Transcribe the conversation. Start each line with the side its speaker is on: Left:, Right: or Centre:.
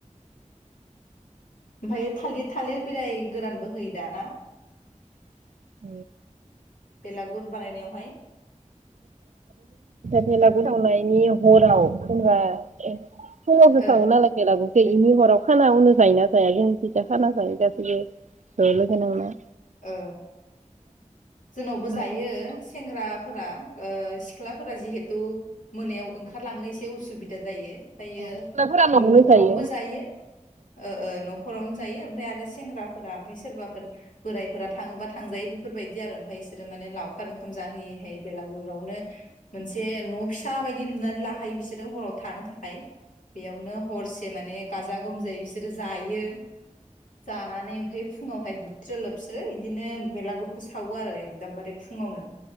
Left: ओमफाय थालिर थालिर बिलाइ गोरानबो होयो दा ना?
Right: <unintelligible>
Left: बेलागुर बानायनायावहाय?
Right: बेलागुर
Left: ओ
Right: सावनायनि। हराव फुङा फुुङावसो
Left: ओ
Right: सावो नालाय बेलागुर बेखिनि हराव खाना उन जायोना जाया नोंसिनिथिं खाना जायो गासिबो ज लोगो नांनानै।
Left: ओ जोंनावबो
Right: मागोआव
Left: जायो सेंग्राफोरा सिख्लाफोरा जिहेतु थु मोनायाव ओंखारलांनो एसे उसुबिदा जायो ओमफ्रायो
Right: सिख्लाफोरा न'आवनो
Left: न'खरावबो
Right: औ
Left: जायो ओ ओ हरावनो जायो ओमफ्राय आरो सेंग्राफोरा ओमफ्राय सोरबाफोर बोराइफोरा थाङोबा थांजायो बेफोर बायदि आरो ओमफ्राय बिसोरो माने लावखार ओंखाम जाहोयैहाय बेलागुरियावनो मोनसे न फिसा बायदि लुनानै लाखायो बिसोर। रो हराव थानो थाखाय बेयावनो हरसे माने गाजा गोमजायै बिसोरो जायो जानानै ओमफ्राय फुङावहाय दुग स्रो लोबस्रो बिदिनो बेलागुरखौ सावो आरो एकदमबारे फुङावनो।